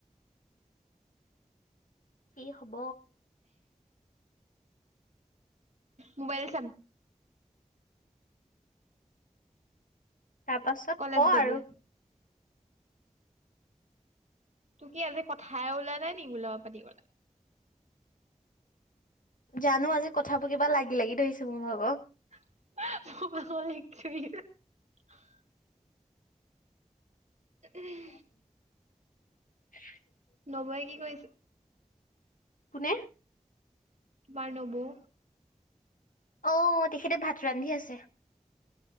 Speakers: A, on the left; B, on the right.
A: কি হব?
B: মোবাইল চাম।
A: তাৰ পাছত
B: কলেজ
A: ক'
B: গৈ
A: আৰু।
B: পেলাই তু কি আজি কথাই উলোৱা নাই নি মোৰ লগত পাতি বলে।
A: জানো আজি কথাবোৰ কিবা লাগি লাগি ধৰিছে মোৰ ভাগৰ।
B: <unintelligible> উম,
A: <inaudible>
B: নবয়ে কি কৰি আছে?
A: কোনে?
B: তোমাৰ নবৌ।
A: অ', তেখেতে ভাত ৰান্ধি আছে।